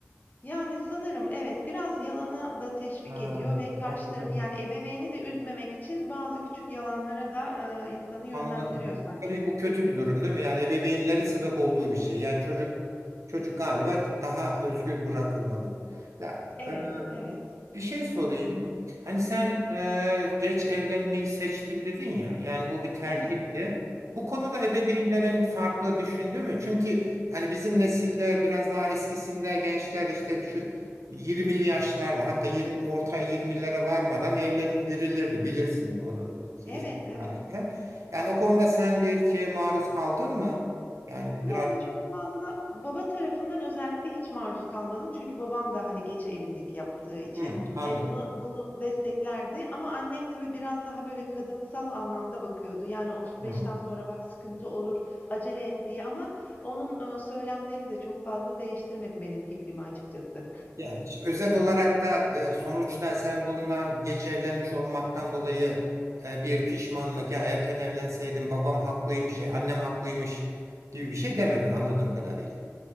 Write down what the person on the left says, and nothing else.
Yani sanırım evet biraz yalanı da teşvik
ediyor ve karşı
tarafı yani ebeveyni de üzmemek için bazı küçük yalanlara da e, insanı yönlendiriyor
sanki.
Evet,
evet.
Hı hı.
Evet,
evet.
Evet,
evet.
Yani
çok fazla baba tarafından özellikle hiç maruz kalmadım. Çünkü babam da hani geç evlilik yaptığı için
e, bunu bunu desteklerdi. Ama annem tabii biraz daha böyle kadınsal anlamda bakıyordu. Yani 35'ten
sonra bak sıkıntı olur, acele et diye. Ama onun e, söylemleri de çok fazla değiştirmedi benim fikrimi açıkçası.